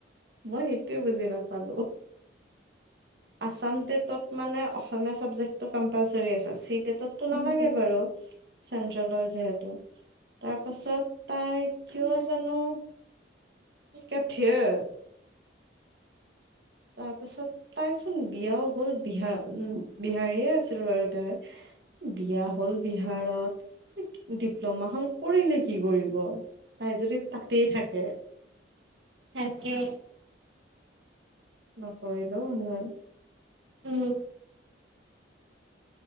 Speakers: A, on the right; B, on the right.
A: মই সেইটোৱে বুজি নাপালো আছাম টেটত মানে অসমীয়া চাবজেক্টো কম্পালচৰ আছে চি ততটো নালাগে
B: উম,
A: বাৰু চেন্ট্ৰেলৰ যিহেতু তাৰ পাছত তাই কিয় জানো কেঠ <unintelligible> তাৰপাছত তাইচোন বিয়াও হ'ল বিহাৰ উম বিহাৰীয়ে আছিল বাৰু তাই বিয়া হ'ল বিহাৰত ডিপ্ল'মাখন কৰিলে কি কৰিব তাই যদি তাতেই থাকে।
B: তাকে!
A: নকৰিলেও হল হয়।
B: উম।